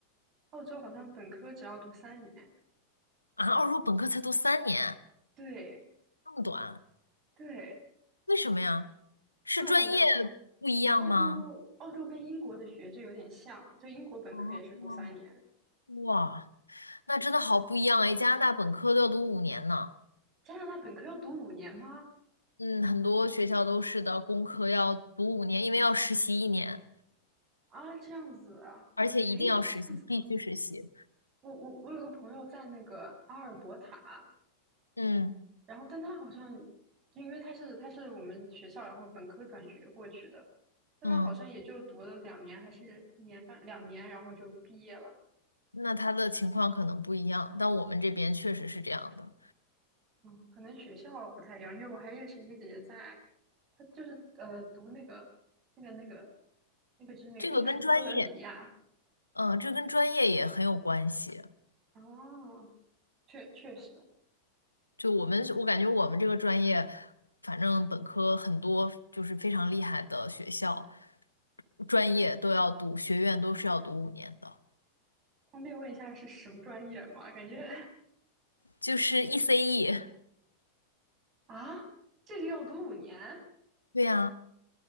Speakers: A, on the right; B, on the left.
A: 澳洲好像本科只要读三年，
B: 啊！二硕本科才读三年，
A: 对
B: 那么短，
A: 对，
B: 为什么呀？是专业
A: 就我感觉澳
B: 不一样吗？
A: 澳洲澳洲跟英国的学制有点像，就英国本科也是读三年，
B: 哦，哇，那真的好不一样哎！加拿大本科都要读五年呢，
A: 加拿大本科要读五年吗？
B: 嗯，很多学校都是的，工科要读五年，因为要实习一年，
A: 啊，这样子啊，
B: 而且一定要实习，
A: 诶，这样子吗？
B: 必须实习，
A: 我我我有个朋友在那个阿尔伯塔，
B: 嗯
A: 然后但他好像，因为他是他是我们学校，然后本科转学过去的，但他好像也就读了两年还是一年半两年，
B: 嗯。
A: 然后就毕业了。
B: 那他的情况可能不一样，但我们这边确实是这样的。
A: 嗯，可能学校不太一样，因为我还认识一个姐姐在，她就是呃读那个那个那个那个就是那个英属哥伦比亚。
B: 这个跟专业，嗯，这跟专业也很有关系。
A: 哦，确确实，
B: 就我们，我感觉我们这个专业，反正本科很多就是非常厉害的学校，专业都要读，学院都是要读五年的，
A: 方便问一下是什么专业吗？感觉。
B: 就是 ECE。
A: 啊，这个要读五年
B: 对呀，